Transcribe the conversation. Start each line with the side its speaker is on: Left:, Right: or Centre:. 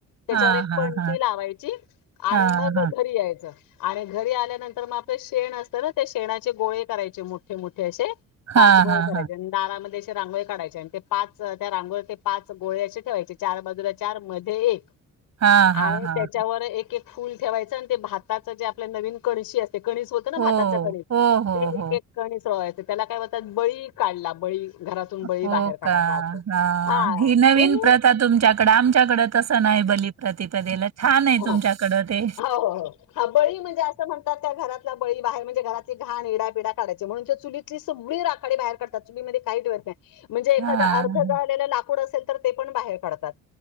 Left: त्याच्यावर
Right: हां,
Left: एक
Right: हां,
Left: पणती
Right: हां.
Left: लावायची
Right: हां,
Left: आणि मग
Right: हां.
Left: घरी यायचं आणि घरी आल्यानंतर तर मग आपलं शेण असतं ना त्या शेणाचे गोळे करायचे मोठे मोठे असे
Right: हां,
Left: पाच गोळे
Right: हां,
Left: करायचे
Right: हां.
Left: दारामध्ये रांगोळी काढायचे आणि ते पाच त्या रांगोळी ते पाच गोळे असे ठेवायचे चार बाजूला चार मध्ये एक
Right: हां, हां,
Left: आणि
Right: हां.
Left: त्याच्यावर एक एक फुल ठेवायच आणि ते भाताच जे आपल्या नवीन कळशी अस कणी होत ना
Right: हो.
Left: भाताचा कणीत
Right: हो, हो,
Left: ते
Right: हो.
Left: एक एक कणीस त्याला काय म्हणतात तात बळी काढला बळी घरातुन बळी
Right: हो
Left: बाहेर काढायचा
Right: का?
Left: असं
Right: हां.
Left: हा
Right: ही नवीन
Left: म्हण
Right: प्रथा तुमच्याकडं आमच्याकडे तसं नाही बलिप्रतिपदेला छान आहे
Left: हो
Right: तुमच्याकड ते
Left: हो हो हो हा बळी म्हणजे असं म्हणतात त्या घरातल्या बळी बाहेर म्हणजे घरातली घाण ईडा पिडा काढायचे म्हणून त्या चुली सगळी राखाडी बाहेर काढतात चुलीमध्ये काही ठेवत नाही म्हणजे एखादं
Right: हां.
Left: अर्ध झालेलं लाकूड असेल तर ते पण बाहेर काढतात